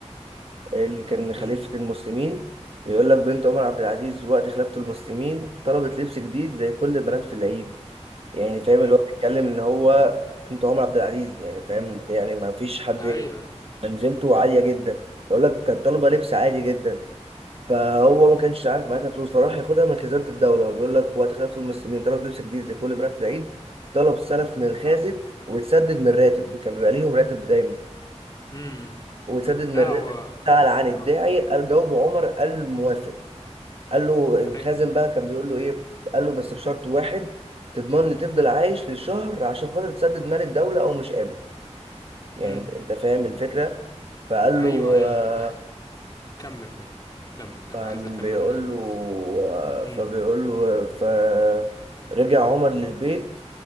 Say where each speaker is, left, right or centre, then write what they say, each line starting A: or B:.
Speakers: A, on the right (about 55°); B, on the left (about 35°).
A: اللي كان خليفة
B: امم
A: المسلمين بيقول لك بنت عمر عبد العزيز وقت خلافة المسلمين طلبت لبس جديد زي كل البنات في العيد يعني فاهم
B: امم
A: اللي هو بيتكلم ان هو بنت عمر عبد العزيز يعني فاهم يعني ما فيش حد
B: ايوه
A: منزلته عالية جدا بيقول لك كان طالبة لبس عادي جدا فهو ما كانش عارف معاها فلوس فراح ياخدها من خزانة الدولة بيقول لك وقت خلافة المسلمين طلب لبس جديد زي كل البنات في العيد طلب سلف من الخازن ويتسدد من الراتب كان بيبقى ليهم راتب دايما
B: امم
A: وسدد من
B: لا
A: الراتب
B: هو
A: سأل عن الداعي
B: آه،
A: قال جاوبه عمر قال موافق قال له الخازن
B: أي...
A: بقى كان بيقول له ايه قال له بس بشرط واحد تضمن لي تفضل عايش لشهر عشان خاطر تسدد مال الدولة او مش قابل يعني
B: امم
A: انت انت فاهم الفكرة فقال
B: ايوه
A: له
B: ايوه
A: آه،
B: انا بح... كمل كمل كمل انا
A: فقام
B: عايز اكمل
A: بيقول
B: القصه
A: له آه، فبيقول
B: امم
A: له فرجع عمر للبيت